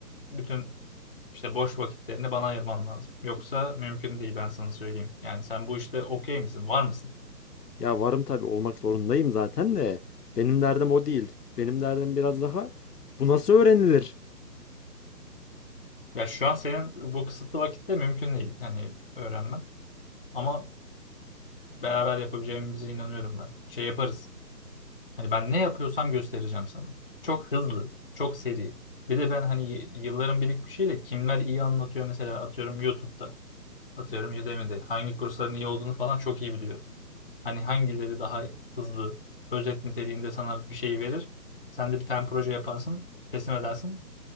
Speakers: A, on the left; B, on the left.
A: bütün işte boş vakitlerini bana ayırman lazım. Yoksa mümkün değil ben sana söyleyeyim. Yani sen bu işte okey misin? Var mısın?
B: Ya varım tabii olmak zorundayım zaten de benim derdim o değil. Benim derdim biraz daha bu nasıl öğrenilir?
A: Ya şu an senin bu kısıtlı vakitte mümkün değil. Hani öğrenmen. Ama beraber yapabileceğimize inanıyorum ben. Şey yaparız. Hani ben ne yapıyorsam göstereceğim sana. Çok hızlı, çok seri. Bir de ben hani y- yılların birikmişiyle kimler iyi anlatıyor mesela atıyorum YouTube'da, atıyorum Udemy'de hangi kursların iyi olduğunu falan çok iyi biliyorum. Hani hangileri daha hızlı, özet niteliğinde sana bir şey verir. Sen de bir tane proje yaparsın, teslim edersin.